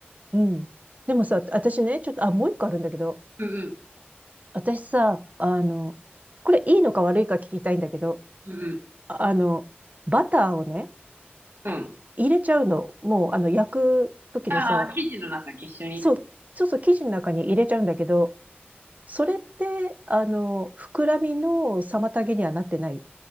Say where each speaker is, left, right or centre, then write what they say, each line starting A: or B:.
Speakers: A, on the right; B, on the right.
A: うん。でもさ、私ね、ちょっと、あ、もう一個あるんだけど、
B: うん
A: 私さ、あの、これいいのか悪いか聞きたいんだけど、
B: うん、うんうん、
A: ああの、バターをね、
B: うん。
A: 入れちゃうの。もう、あの、焼く時のさ、
B: ああ、生地の中に一緒にってこと。
A: そう、そうそう、生地の中に入れちゃうんだけど、それって、あの、膨らみの妨げにはなってない。